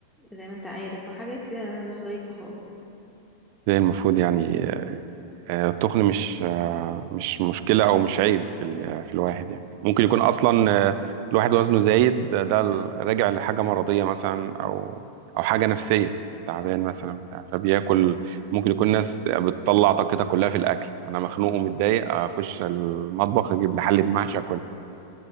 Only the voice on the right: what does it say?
إزاي المفروض يعني آه، التخن مش آه، مش مشكلة أو مش عيب في ال- في الواحد يعني ممكن يكون أصلا آه، الواحد وزنه زايد ده ده راجع لحاجة مرضية مثلا أو أو حاجة نفسية تعبان مثلا بتاع فبياكل ممكن يكون ناس بتطلع طاقتها كلها في الأكل أنا مخنوق ومتضايق أخش المطبخ أجيب لي حلة محشي أكلها